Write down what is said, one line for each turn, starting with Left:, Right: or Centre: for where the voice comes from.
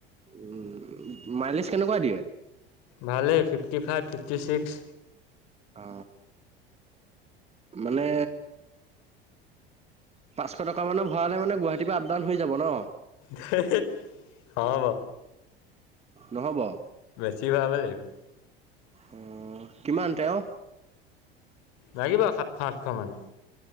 Right: উম মাইলিছ কেনেকুৱা দিয়ে?
Left: ভালেই ফিফটি ফাইভ, ফিফটি ছিক্স
Right: অ মানে পাঁচশ টকা মানৰ ভৰালে মানে গুৱাহাটীৰ পৰা আপ ডাউন হৈ যাব ন?
Left: ধেৎ নহব।
Right: নহ'ব অ
Left: বেছি ভৰাব লাগি থিক
Right: অ কিমান তেওঁ?
Left: লাগিব সাতশ, আঠশমান।